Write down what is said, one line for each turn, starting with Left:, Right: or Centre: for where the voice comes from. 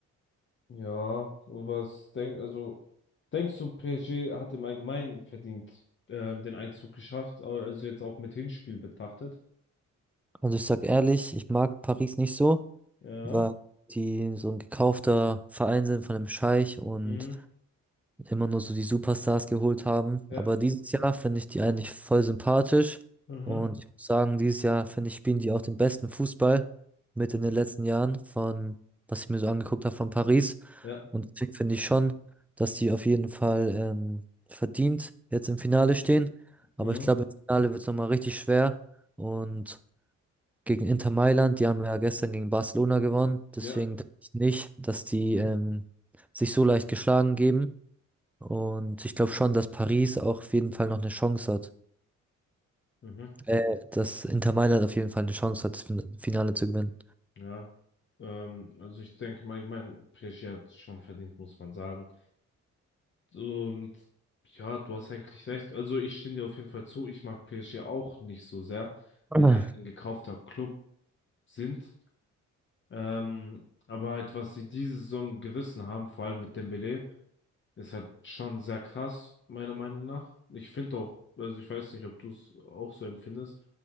Left: Ja, was denk, also denkst du, PSG hat im Allgemeinen verdient ähm, den Einzug geschafft, au- also jetzt auch mit Hinspiel betrachtet?
Centre: Also ich sag ehrlich, ich mag Paris nicht so,
Left: Ja.
Centre: weil die so ein gekaufter Verein sind von einem Scheich und
Left: Mhm.
Centre: immer nur so die Superstars geholt haben.
Left: Ja,
Centre: Aber dieses Jahr finde ich die eigentlich voll sympathisch.
Left: Mhm.
Centre: Und ich muss sagen, dieses Jahr finde ich, spielen die auch den besten Fußball mit in den letzten Jahren von, was ich mir so angeguckt habe von Paris.
Left: ja,
Centre: Und deswegen finde ich schon, dass die auf jeden Fall ähm, verdient jetzt im Finale stehen. Aber
Left: mhm.
Centre: ich glaube, im Finale wird es nochmal richtig schwer. Und gegen Inter Mailand, die haben ja gestern gegen Barcelona gewonnen. Deswegen
Left: Ja.
Centre: denke ich nicht, dass die ähm, sich so leicht geschlagen geben. Und ich glaube schon, dass Paris auch auf jeden Fall noch eine Chance hat.
Left: Mhm.
Centre: Äh, dass Inter Mailand auf jeden Fall eine Chance hat, das Fin- Finale zu gewinnen.
Left: Ja. Ähm, also ich denke im Allgemeinen, PSG hat es schon verdient, muss man sagen. Und ja, du hast eigentlich recht. Also ich stimme dir auf jeden Fall zu. Ich mag PSG auch nicht so sehr,
Centre: <clears throat>
Left: weil die halt ein gekaufter Club sind. Ähm, aber halt, was sie diese Saison gerissen haben, vor allem mit Dembele, ist halt schon sehr krass, meiner Meinung nach. Ich finde auch, also ich weiß nicht, ob du es auch so empfindest.